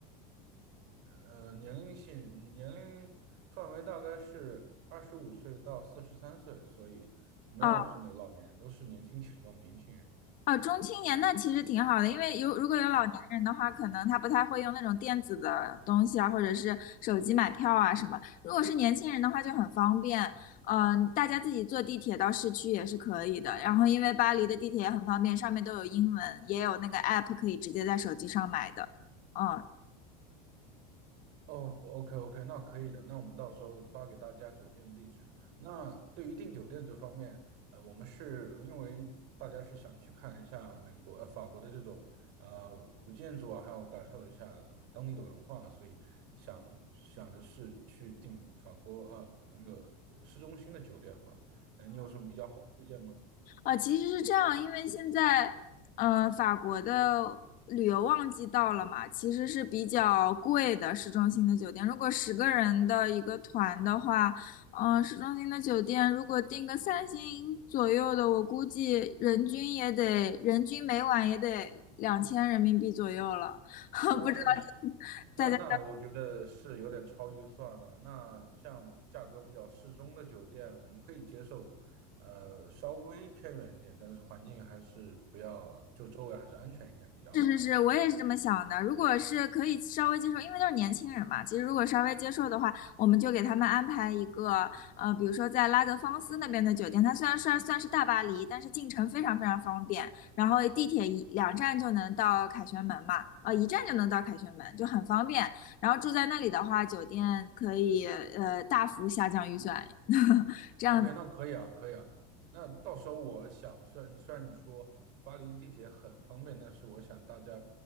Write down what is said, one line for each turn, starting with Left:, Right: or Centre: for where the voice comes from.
Right: 呃年龄性年龄范围大概是二十五岁到四十三岁，所以没有是老年人，
Left: 哦
Right: 都是年轻体壮的年轻人。
Left: 哦，中青年那其实挺好的，因为有如果有老年人的话，可能他不太会用那种电子的东西啊，或者是手机买票啊什么。如果是年轻人的话，就很方便，嗯、大家自己坐地铁到市区也是可以的。然后因为巴黎的地铁也很方便，上面都有英文，也有那个 app 可以直接在手机上买的，嗯。
Right: 哦，OK OK，那可以的。那我们到时候发给大家酒店的地址。那对于订酒店这方面，呃，我们是因为大家是想去看一下美国、呃法国的这种呃古建筑啊，还有感受一下当地的文化，所以想想的是去订法国呃那个市中心的酒店吧。呃，你有什么比较好的推荐吗？
Left: 啊，其实是这样，因为现在呃，法国的旅游旺季到了嘛，其实是比较贵的市中心的酒店。如果十个人的一个团的话，嗯、市中心的酒店如果订个三星左右的，我估计人均也得人均每晚也得两千人民币左右了。<laughs>
Right: 哦，
Left: 不知道大家。
Right: 那是那那我觉得是有点超预算了。那像价格比较适中的酒店，我们可以接受，呃，稍微偏远一点，但是环境还是不要，就周围还是安全一点比较好吧。
Left: 是是是，我也是这么想的。如果是可以稍微接受，因为都是年轻人嘛，其实如果稍微接受的话，我们就给他们安排一个，呃，比如说在拉德芳斯那边的酒店，它虽然算算是大巴黎，但是进城非常非常方便，然后地铁一两站就能到凯旋门嘛，呃，一站就能到凯旋门，就很方便。然后住在那里的话，酒店可以呃大幅下降预算，<laughs> 这样
Right: OK，那可以啊，可以啊。那到时候我想，虽然虽然你说巴黎地铁很方便，但是我想大家，